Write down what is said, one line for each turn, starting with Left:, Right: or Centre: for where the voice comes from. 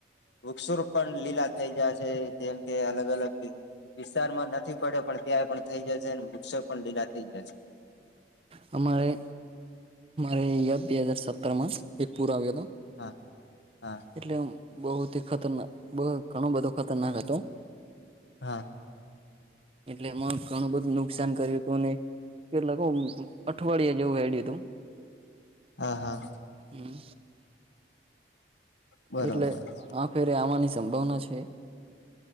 Left: વૃક્ષુર પણ લીલા થઈ જાય છે જેમ કે અલગ અલગ વિસ્તારમાં નથી પડ્યો પણ ત્યાં પણ થઈ જશે અને વૃક્ષો પણ લીલા થઈ જશે
Right: હમારે અયા બે હજાર સત્તરમાં એક પુર આવ્યો હતો
Left: હા હા
Right: એટલે બહુ થી ખતરનાક બહ ઘણું બધું ખતરનાક હતું
Left: હા
Right: એટલેમાં ઘણું બધું નુકસાન કર્યું હતું ને કેટલાક અઠવાડિયા જેવું હેડ હતું
Left: હા હા
Right: હમ
Left: બરોબર
Right: એટલે
Left: હા
Right: આ ફેરે આવાની સંભાવના છે